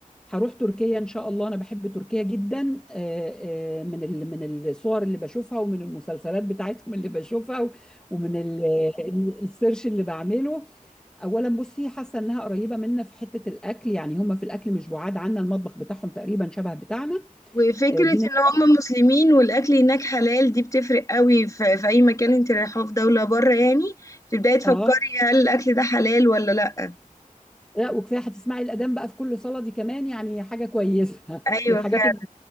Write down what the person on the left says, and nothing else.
وفكرة
ان هم
مسلمين والاكل هناك حلال دي بتفرق قوي ف- في اي مكان انت رايحه في دولة بره يعني بتبداي تفكري
هل الاكل ده حلال ولا لا
ايوه
فعلا